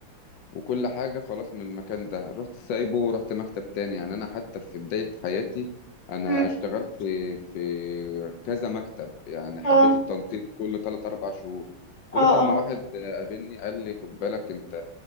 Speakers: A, on the left; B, on the left.
A: وكل حاجه خلاص من المكان ده رحت سايبه ورحت مكتب تاني يعني انا حتى في بدايه حياتي انا
B: مم.
A: اشتغلت في كذا مكتب يعني حبيت
B: اه
A: التنطيط كل 3 4 شهور
B: اه
A: لغايه اما
B: اه
A: واحد قابلني قال لي خد بالك انت